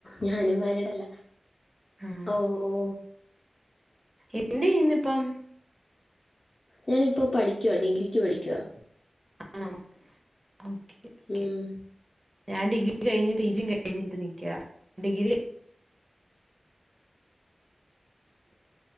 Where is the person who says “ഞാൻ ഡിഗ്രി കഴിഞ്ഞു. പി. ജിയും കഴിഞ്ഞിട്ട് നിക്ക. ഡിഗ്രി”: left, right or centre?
Right